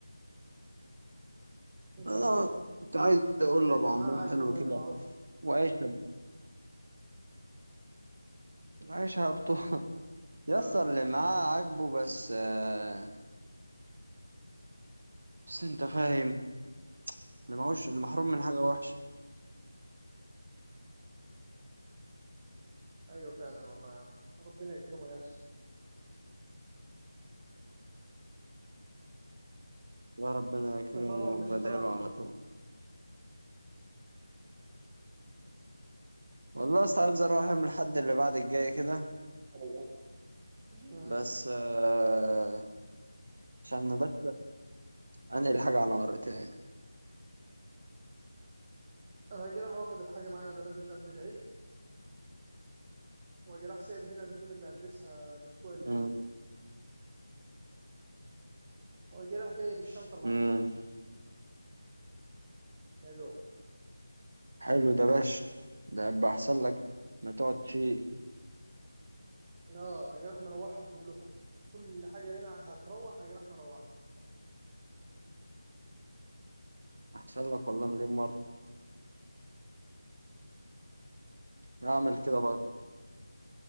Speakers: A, on the right; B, on the right.
A: لا
B: انا
A: كده
B: كنت عايز اقول
A: لا
B: لابو
A: اللي
B: عمار
A: معاه عاجب
B: حلو
A: ولا
B: كده
A: اللي معهوش
B: وعيشها عيشها بطول <laughs> يسطا
A: آه.
B: اللي معاه عاجبه بس آه، بس انت فاهم اللي ماهوش المحروم من حاجة وحشة
A: ايوه فعلا والله يا عم ربنا يكرمه يا اخي
B: لا ربنا يكرمه
A: انت طبعا مش
B: وبدعيله
A: هتروح غير
B: على
A: لما
B: طول والله يا اسطى عايز اروح اعمل الحد اللي بعد الجاي كده
A: تروح مم.
B: بس آه عشان بس انقل حاجة على مرتين
A: انا هاجي راح واخد الحاجه معايا وانا نازل قبل العيد واجي راح سايب هنا الهدوم اللي هلبسها الاسبوع اللي
B: مم.
A: هجيه واجي راح جايب الشنطه اللي
B: مم.
A: على ظهري يا دوب
B: حلو ده باش ده يبقى احسن لك ما تقعد شيء
A: اه اجي راح مروحهم كلهم كل حاجه هنا هتروح اجي راح مروحها
B: احسن لك والله مليون مرة هعمل كده برضه